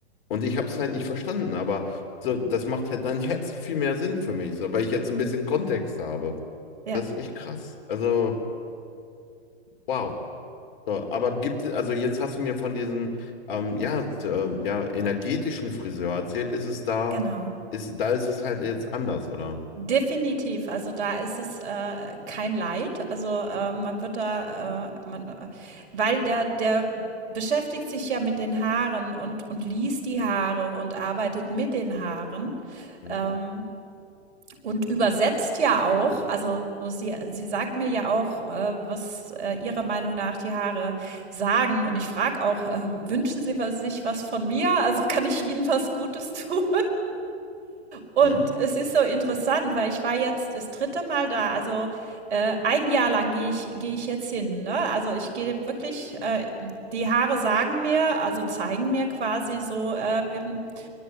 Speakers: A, on the left; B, on the right.
A: Und ich habe es halt nicht verstanden, aber so, das macht halt dann <laughs> jetzt viel mehr Sinn für mich, so, weil ich jetzt so ein bisschen Kontext habe.
B: Ja,
A: Das ist echt krass. Also, wow. So, aber gibt es, also jetzt hast du mir von diesem ähm, ja, t- ähm, ja, energetischen Friseur erzählt, ist es da,
B: genau.
A: ist, da ist es halt jetzt anders, oder?
B: Definitiv. Also, da ist es, äh, kein Leid. Also, äh, man wird da, äh man äh, weil der der beschäftigt sich ja mit den Haaren und und liest die Haare und arbeitet mit den Haaren,
A: Mhm.
B: ähm, und übersetzt ja auch. Also, sie sie sagt mir ja auch, äh, was, äh, ihrer Meinung nach die Haare sagen. Und ich frage auch, äh: „Wünschen Sie was sich was von mir? Also, kann ich Ihnen was Gutes tun?“ und
A: Ne?
B: es ist so interessant, weil ich war jetzt das dritte Mal da. Also äh, ein Jahr lang gehe ich, gehe ich jetzt hin. Ne? Also ich gehe wirklich, äh, die Haare sagen mir, also zeigen mir quasi so, äh, wir, wir